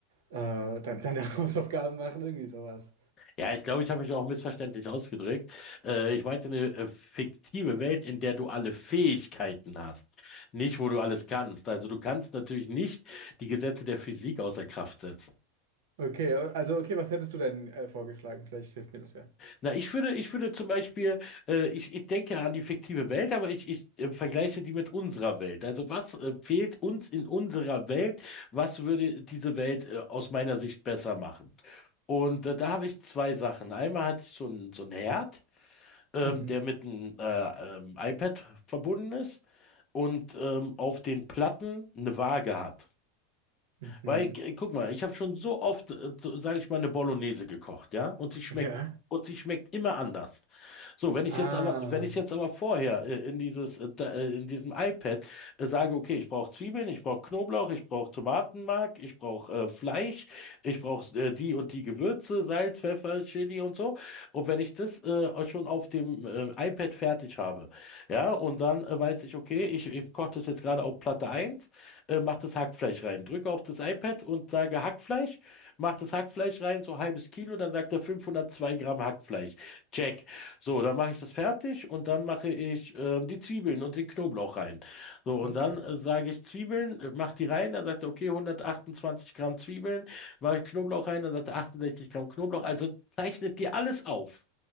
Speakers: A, on the right; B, on the left.
A: äh, dann deine <laughs> Hausaufgaben machen, irgendwie sowas.
B: Ja, ich glaube, ich habe mich auch missverständlich ausgedrückt. Äh, ich meinte eine äh, fiktive Welt, in der du alle Fähigkeiten hast, nicht wo du alles kannst. Also du kannst natürlich nicht die Gesetze der Physik außer Kraft setzen.
A: Okay, also okay, was hättest du denn äh, vorgeschlagen? Vielleicht hilft mir das ja.
B: Na, ich würde, ich würde zum Beispiel, äh, ich, ich denke an die fiktive Welt, aber ich, ich äh, vergleiche die mit unserer Welt. Also was äh, fehlt uns in unserer Welt? Was würde diese Welt äh, aus meiner Sicht besser machen? Und äh, da habe ich zwei Sachen. Einmal hatte ich so einen so einen Herd, ähm,
A: Mhm.
B: der mit einem äh, ähm, iPad verbunden ist und ähm, auf den Platten eine Waage hat.
A: Mhm.
B: Weil, äh, guck mal, ich habe schon so oft, äh, so, sage ich mal, eine Bolognese gekocht, ja? Und sie schmeckt,
A: Ja.
B: und sie schmeckt immer anders. So, wenn ich
A: Ah,
B: jetzt aber, wenn ich jetzt aber vorher äh, in dieses, äh, da- äh, in diesem iPad äh, sage, okay, ich brauche Zwiebeln, ich brauche Knoblauch, ich brauche Tomatenmark, ich brauche äh, Fleisch, ich brauche äh, die und die Gewürze, Salz, Pfeffer, Chili und so. Und wenn ich das äh, schon auf dem äh, iPad fertig habe, ja, und dann äh, weiß ich, okay, ich, ich koche das jetzt gerade auf Platte eins äh, mach das Hackfleisch rein. Drücke auf das iPad und sage Hackfleisch, mach das Hackfleisch rein, so halbes Kilo, dann sagt er 502 Gramm Hackfleisch. Check. So, dann mache ich das fertig und dann mache ich äh, die Zwiebeln und den Knoblauch rein. So, und
A: okay.
B: dann äh, sage ich Zwiebeln, äh, mach die rein, dann sagt er, okay, 128 Gramm Zwiebeln, mache ich Knoblauch rein, dann sagt er 68 Gramm Knoblauch. Also zeichnet dir alles auf.